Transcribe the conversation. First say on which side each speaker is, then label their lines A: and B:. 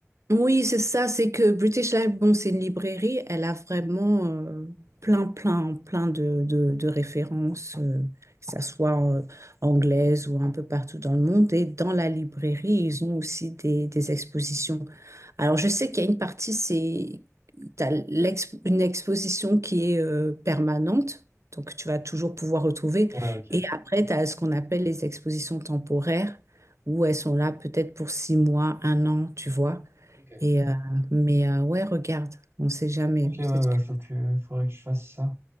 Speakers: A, on the right; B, on the right.
A: Oui, c'est ça, c'est que British Life, bon, c'est une librairie, elle a vraiment euh, plein, plein, plein de, de, de références, euh, que ça soit euh, anglaise ou un peu partout dans le monde. Et dans la librairie, ils ont aussi des, des expositions. Alors, je sais qu'il y a une partie, c'est, t'as l'ex- une exposition qui est euh, permanente, donc tu vas toujours pouvoir retrouver.
B: Ouais, ok.
A: Et après, tu as ce qu'on appelle les expositions temporaires, où elles sont là peut-être pour six mois, un an, tu vois.
B: Ok,
A: Et, euh, mais euh, ouais, regarde, on ne sait jamais.
B: Ok,
A: Peut-être
B: ouais, ouais,
A: que.
B: faut que, faudrait que je fasse ça.